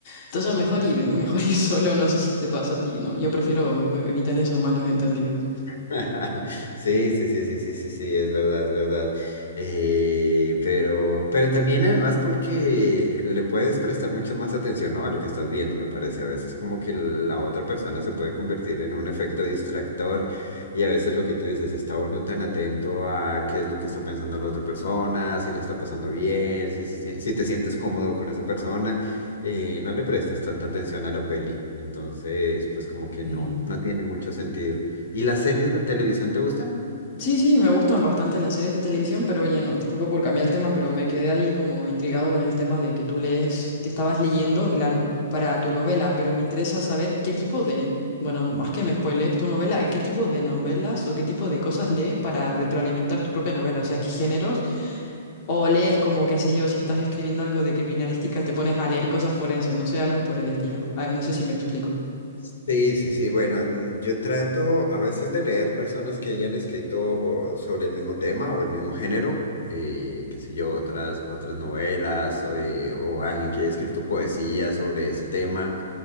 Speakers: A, on the left (about 30°); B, on the left (about 85°).
A: Entonces mejor ir, <laughs> mejor ir solo, no sé si te pasa a ti, no, yo prefiero eh, evitar eso, malos entendidos.
B: <laughs> Sí, sí, sí, sí, sí, sí, sí, es verdad, es verdad. Eh, pero, pero también además porque le puedes prestar mucho más atención, ¿no? a lo que estás viendo, me parece. A veces como que la otra persona se puede convertir en un efecto distractor y a veces lo que tú dices, está uno tan atento a qué es lo que está pensando la otra persona, si la está pasando bien, si, si- si te sientes cómodo con esa persona, eh, no le prestas tanta atención a la peli. Entonces, pues como que
A: Sí.
B: no, no tiene mucho sentido. ¿Y las series de televisión te gustan?
A: Sí, sí, me gustan bastante las series de televisión, pero oye, no, disculpa por cambiar el tema, pero me quedé ahí como intrigado con el tema de que tú lees, que estabas leyendo, claro, para tu novela, pero me interesa saber qué tipo de, bueno, más que me spoilees tu novela, qué tipo de novelas o qué tipo de cosas lees para retroalimentar tu propia novela, o sea, qué géneros, o lees como, qué sé yo, si estás escribiendo algo de criminalística, te pones a leer cosas forenses, no sé, algo por el estilo, Ah, no sé si me explico.
B: Sí, sí, sí. Bueno, mm, yo trato a veces de leer personas que hayan escrito sobre el mismo tema o el mismo género, eh, qué sé yo, otras, otras novelas o, eh, o alguien que haya escrito poesía sobre ese tema.